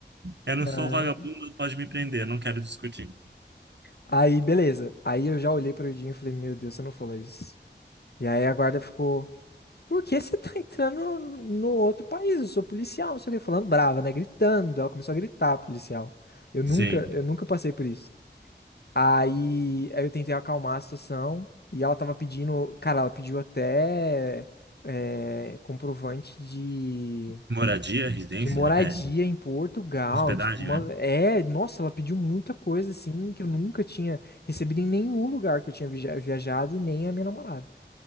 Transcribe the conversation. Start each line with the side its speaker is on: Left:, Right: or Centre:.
Right: Eu não
Left: <laughs>
Right: sou
Left: Ai.
Right: vagabundo, pode me prender, eu não quero discutir.
Left: Aí, beleza. Aí eu já olhei pro Dinho e falei, meu Deus, você não falou isso. E aí a guarda ficou, por que você tá entrando no outro país? Eu sou policial, não sei o que, falando brava, né? Gritando. Ela começou a gritar, policial. Eu nunca,
Right: Sim.
Left: eu nunca passei por isso. Aí, aí eu tentei acalmar a situação e ela tava pedindo, cara, ela pediu até é, comprovante de
Right: Moradia, residência,
Left: de moradia
Right: é,
Left: em Portugal,
Right: hospedagem,
Left: tipo, uma-
Right: né?
Left: é, nossa, ela pediu muita coisa assim que eu nunca tinha recebido em nenhum lugar que eu tinha vija- viajado e nem a minha namorada.